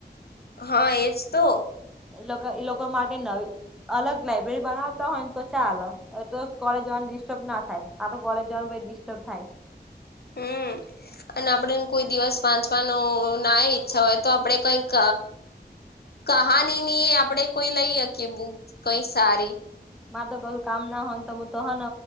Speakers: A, on the left; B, in the centre.
A: હા, એ જ તો.
B: એ લોકો એ લોકો માટે નવી અલગ લાઈબ્રેરી બનાવતા હોય ને, તો ચાલે. એ તો કોલેજ જવાની ડિસ્ટર્બ ના થાય. આ તો કોલેજ જવાનું પછી ડસ્ટર્બ થાય.
A: હમ અને આપડે કોઈ દિવસ વાંચવાનું ના ઈચ્છા હોય તો આપડે કઈક કહાની ની આપડે કોઈ લઈ અકીએ બુક કઈ સારી
B: મારે તો ઘણું કામ ના હોન તો હું તો હન